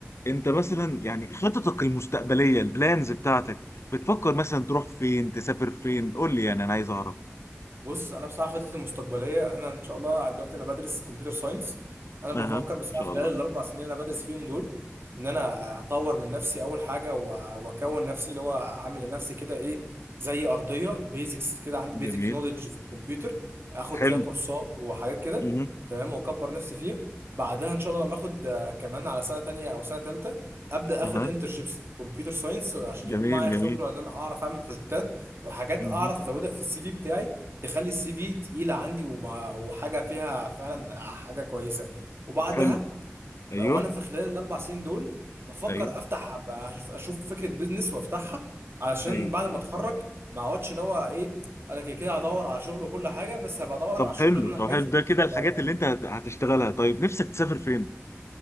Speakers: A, on the left; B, on the right.
A: انت مثلا يعني خططك المستقبليه البلانز بتاعتك بتفكر مثلا تروح فين تسافر فين قول لي يعني انا عايز اعرف
B: بص انا بصراحه خطتي المستقبليه انا ان شاء الله دلوقتي انا بدرس كمبيوتر ساينس انا بفكر
A: اها ان
B: بصراحه
A: شاء
B: خلال
A: الله
B: الاربع سنين اللي انا بدرس فيهم دول ان انا اطور من نفسي اول حاجه و- واكون نفسي اللي هو اعمل لنفسي كده ايه زي ارضيه بيزكس كده عندي بيزك
A: جميل
B: نوليدج في الكمبيوتر اخد
A: حلو
B: فيها كورسات وحاجات كده
A: اها
B: تمام واكبر نفسي فيها بعدها ان شاء الله لما اخد آه، كمان على سنه تانية او سنه تالتة ابدا اخد
A: اها
B: انترشيبس كمبيوتر ساينس عشان
A: جميل
B: يكون معايا
A: جميل
B: خبره ان انا اعرف اعمل بروجكتات وحاجات
A: اها
B: اعرف ازودها في السي في بتاعي تخلي السي في تقيله عندي ومع وحاجه فيها فعلا حاجه كويسه وبعدها
A: حلو ايوه
B: وانا في خلال الاربع سنين دول بفكر
A: ايوه
B: افتح أبقى أش- اشوف فكره بيزنس وافتحها علشان
A: ايوه
B: بعد ما اتخرج ما اقعدش ان هو ايه انا كده كده هدور على شغل وكل حاجه بس هبقى ادور
A: طب
B: على الشغل
A: حلو
B: اللي
A: طب
B: انا عايزه
A: حلو ده
B: بد-
A: كده الحاجات
B: ب-
A: اللي انت هت- هتشتغلها طيب نفسك تسافر فين